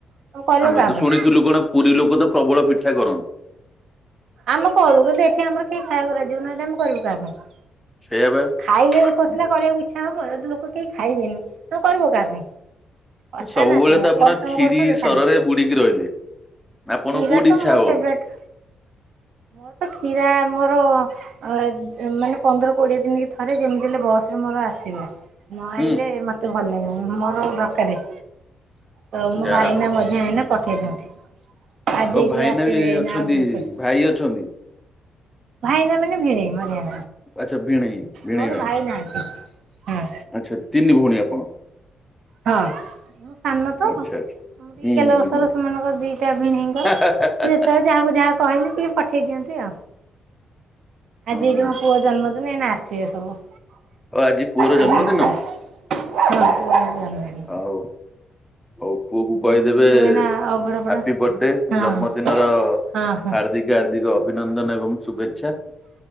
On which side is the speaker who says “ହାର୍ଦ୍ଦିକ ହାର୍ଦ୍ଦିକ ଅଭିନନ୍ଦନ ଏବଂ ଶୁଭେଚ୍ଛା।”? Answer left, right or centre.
Centre